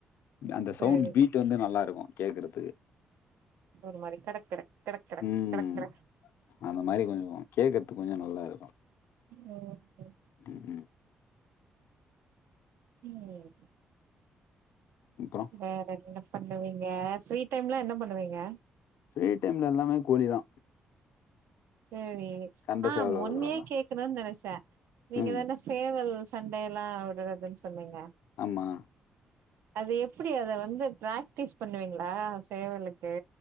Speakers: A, on the left; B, on the right.
A: அந்த
B: சரி
A: சவுண்ட் பீட்டு வந்து நல்லா இருக்கோ கேக்குறதுக்கு
B: ஒரு மாரி கடக் கடக் கடக் கடக்
A: ம்.
B: கடக் கட
A: அந்த மாரி கொஞ்சோ கேக்குத்துக்கு கொஞ்சோ நல்லா இருக்கோ
B: ம் ஓ ஒ
A: ம் ம்
B: ம்
A: அப்புறோ
B: வேற என்ன பண்ணுவீங்க ஃப்ரீ டைம்லா என்ன பண்ணுவீங்க
A: ஃப்ரீ டைம்ல எல்லாமே கோழி தா
B: சேரி
A: சண்டை
B: ஆ
A: சேவல்
B: மொன்னே
A: வளர்க்குறோம்ல.
B: கேக் க்குனுன் நெனச்ச‌ நீங்கதான
A: ம்.
B: சேவல் சண்டை எல்லா விடுறதுன் சொன்னீங்க
A: ஆமா
B: அது எப்டி அத வந்து ப்ராக்டிஸ் பண்ணுவீங்ளா சேவலுக்கு